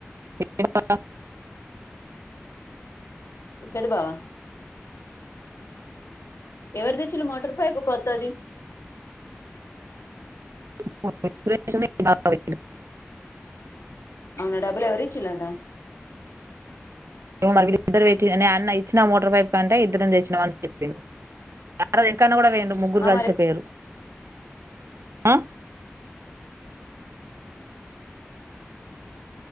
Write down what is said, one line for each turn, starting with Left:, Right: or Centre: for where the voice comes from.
Right: ఏడా
Left: ఇ పెద బావా ఎవరు తేచిరు మోటార్ పైపు కొత్తది
Right: <unintelligible>
Left: అవునా డబ్బుల్ ఎవరిచ్చలాంటా
Right: మద్దరు నే అన్న ఇచ్చిన మోటార్ పైప్ కంటే ఇద్దరం చేసినామ అని చెప్పాను ఎంకన్నా కూడ పోయెండు ముగ్గురు కలిసేపోయరు
Left: మరి
Right: ఆ